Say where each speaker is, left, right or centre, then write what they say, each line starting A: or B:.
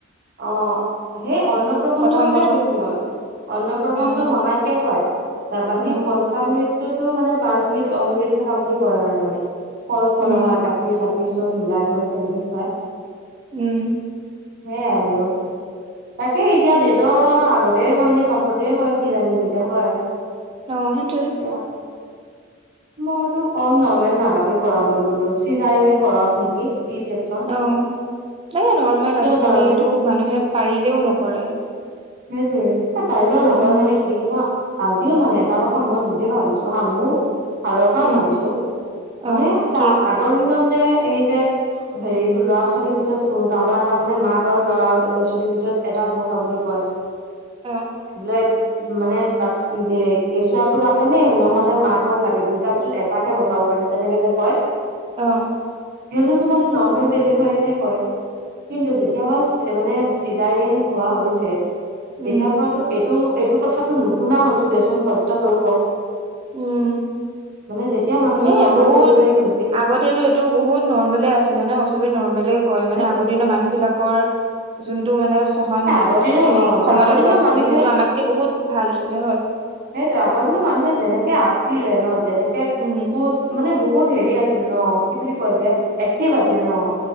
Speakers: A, on the right (about 50°); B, on the right (about 25°).
A: অ সেই অন্ন প্ৰসন্ন
B: প্ৰথম
A: কথাই
B: প্ৰথম
A: কৈছো মই। অন্নপ্ৰসন্ন
B: অ',
A: মামায়কে খুৱায়। তাৰ বাকী
B: অ',
A: পঞ্চমমৃ। তো মানে পাঁচবিধ অমৃত থকা বুলি কয় আৰু মানে ফল ফলহা
B: উম,
A: গাখীৰ চাক খীৰ চব মিলাই কৰি তেনেকে খুৱায়।
B: উম।
A: সেয়াই আৰু। তাকে এতিয়া দেটৰ আগতে হয় নে পাছতে হয় কি জানিবি এতিয়া হয়
B: আহ সেইটোৱে।
A: এতিয়া। মইতো কম নৰ্মেল নালাগে কৰাবলৈ বোলো। চিজাৰিঙে কৰাওক নেকি? চি চেকচন
B: অ মানে নৰ্মেল
A: কিয়
B: আজিকালি
A: জাননে
B: এইটো মানুহে পাৰিলেও নকৰে।
A: সেইটোয়ে। এ পাৰিলেও নকৰে
B: উম,
A: মানে কি মই। আজিও মানে এটা কথা মই নিজে ভাবিছো হা মোৰ। ফালৰ পৰা
B: উম,
A: ভাবিছো।
B: অ',
A: মানে চা
B: কি
A: আগৰ দিনত যে এই যে। হেৰিতটো ল'ৰা ছোৱালীৰ ভিতৰত কোনো কাৰোবাৰ এটা মানে মাক আৰু লৰা ল'ৰা ছোৱালীৰ ভিতৰত এটাক বচাবলৈ কয়।
B: অ',
A: বোলে- মানে বাট কেঁচুৱাতটো লাগে নে নহলে মাকক লাগে দুইটাৰ ভিতৰত এটাকে বচাব। যেনেকে যে কয়-
B: আহ
A: সেইটোতো মানে নৰ্মেল ডেলিভাৰীতহে কয়। কিন্তু যেতিয়াবা মানে চিজাৰিং হোৱা হৈছে। তেতিয়াৰ
B: উম,
A: পৰাতো এইটো এইটো কথাটো নুশুনা হৈছো দেচোন সত্য তও ক।
B: উম।
A: মানে যেতিয়া মানুহৰ
B: এই
A: নৰ্মেল
B: বহুত
A: ডেলিভাৰি
B: আগতেতো এইটো বহুত নৰ্মলে আছিলে নহ চবে ত নৰ্মেলে কয় মানে
A: সেইটোয়ে
B: আগৰ দিনৰ মানুহ বিলাকৰ।
A: উম
B: যোনটো মানে সহন
A: আগৰ দিনো
B: সেই
A: অ
B: ক্ষমতাটো
A: আগৰ দিনৰ
B: আছিলে
A: মানুহে
B: সেইটো আমাতকে বহুত ভাল আছিল। তে হয়
A: সেইটো আগৰ দিনৰো মানুহে যেনেকে আছিলে ন যেনেকে
B: উম,
A: কোচ মানে বহুত হেৰি আছিল। ছিল ন কি বুলি কয় যে এক্টিভ আছিল ন।